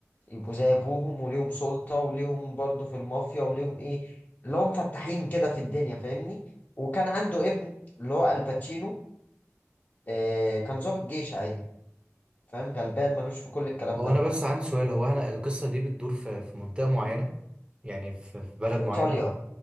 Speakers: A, on the left; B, on the right.
A: يبقوا زي ابوهم وليهم سلطه وليهم برضو في المافيا وليهم ايه اللي هم فتاحين كده في الدنيا فاهمني وكان عنده ابن اللي هو الباتشينو آه كان ضابط جيش عادي فاهم غلبان ملوش في كل الكلام
B: هو
A: ده
B: انا بس عندي سؤال هو انا القصة دي بتدور في في منطقة معينة يعني في في بلد
A: في
B: معينة
A: ايطاليا
B: أو